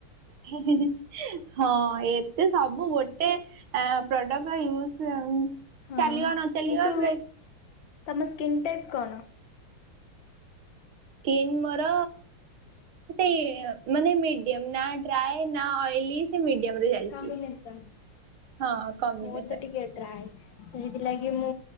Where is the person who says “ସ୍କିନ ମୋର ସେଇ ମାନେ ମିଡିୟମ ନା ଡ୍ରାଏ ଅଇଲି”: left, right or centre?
Right